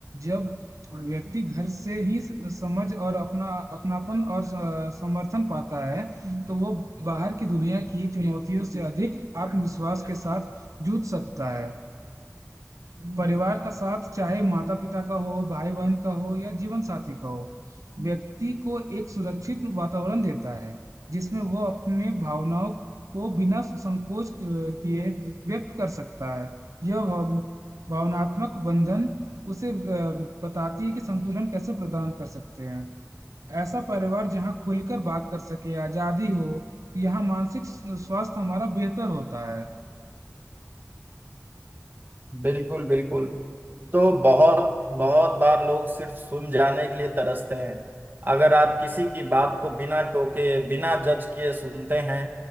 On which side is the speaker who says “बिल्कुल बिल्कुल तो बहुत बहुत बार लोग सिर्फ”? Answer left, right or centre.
Right